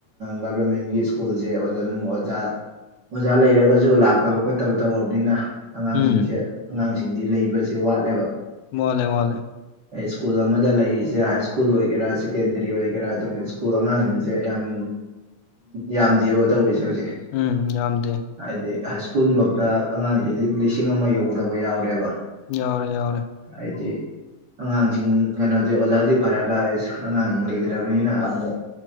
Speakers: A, on the right; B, on the left.
A: ꯒꯚꯔꯃꯦꯟꯒꯤ ꯁ꯭ꯀꯨꯜꯁꯦ ꯑꯣꯖ ꯑꯗꯨꯝ ꯑꯣꯖꯥ ꯑꯣꯖꯥ ꯂꯩꯔꯒꯁꯨ ꯂꯥꯛꯇꯕ ꯈꯣꯠꯇꯕ ꯇꯧꯔꯕꯅꯤꯅ ꯑꯉꯥꯡꯁꯤꯡꯁꯦ
B: ꯎꯝ
A: ꯑꯉꯥꯡꯁꯤꯡꯗꯤ ꯂꯩꯕꯁꯦ ꯋꯥꯠꯂꯦꯕ
B: ꯃꯥꯂꯦ ꯋꯥꯂꯦ
A: ꯑꯩ ꯁ꯭ꯀꯨꯜ ꯑꯃꯗ ꯂꯩꯔꯤꯁꯦ ꯍꯥꯏ ꯁ꯭ꯀꯨꯜ ꯑꯣꯏꯒꯦꯔꯥ ꯁꯦꯀꯦꯟꯗꯔꯤ ꯑꯣꯏꯒꯦꯔꯥ ꯑꯗꯨꯝ ꯁ꯭ꯀꯨꯜ ꯑꯉꯥꯡꯁꯤꯡ ꯌꯥꯝ ꯌꯥꯝꯗꯦꯕ ꯇꯧꯔꯤꯁꯦ ꯍꯧꯖꯤꯛ
B: ꯎꯝ ꯌꯥꯝꯗꯦ
A: ꯍꯥꯏꯗꯤ ꯍꯥꯏ ꯁ꯭ꯀꯨꯜ ꯐꯥꯎꯇ ꯑꯉꯥꯡꯁꯤꯗꯤ ꯂꯤꯁꯤꯡ ꯑꯃ ꯌꯧꯗꯕ ꯌꯥꯎꯔꯦꯕ
B: ꯌꯥꯎꯔꯦ ꯌꯥꯎꯔꯦ
A: ꯍꯥꯏꯗꯤ ꯑꯉꯥꯡꯁꯤꯡ ꯀꯩꯅꯣꯗꯤ ꯑꯣꯖꯥꯗꯤ ꯐꯔꯒ ꯑꯉꯥꯡꯁꯤꯡ ꯂꯩꯇ꯭ꯔꯕꯅꯤꯅ ꯑꯃꯨꯛ